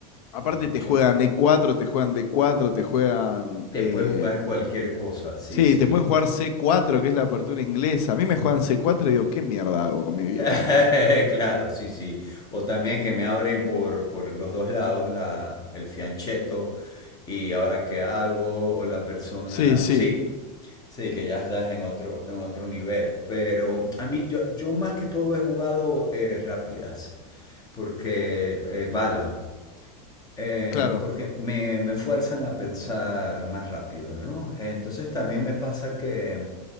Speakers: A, on the left; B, on the left.
A: Aparte
B: es mucho.
A: te juegan E4, te juegan D4, te juegan...
B: Te puedes
A: eh,
B: jugar cualquier cosa, sí,
A: sí,
B: sí.
A: te pueden jugar C4, que es la apertura inglesa. A mí me juegan C4 y digo, ¿qué mierda hago con mi vida?
B: <laughs>
A: <laughs>
B: Claro, sí, sí. O también que me abren por, por los dos lados la, el fiancheto y ahora qué hago, o la persona.
A: Sí, sí,
B: Sí, sí, que ya estás en otro, en otro nivel. Pero a mí, yo, yo más que todo he jugado eh, rápidas, porque eh, bala. Eh,
A: claro,
B: porque me, me fuerzan a pensar más rápido, ¿no? Entonces también me pasa que